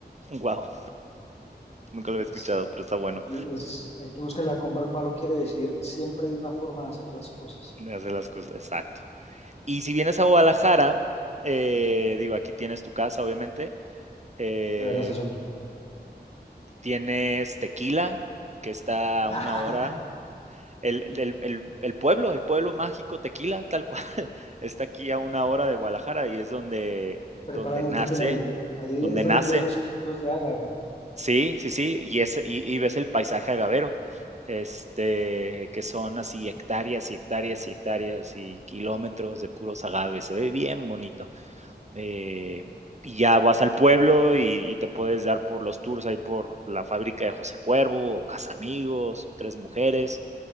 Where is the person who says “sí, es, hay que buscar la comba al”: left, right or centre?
Left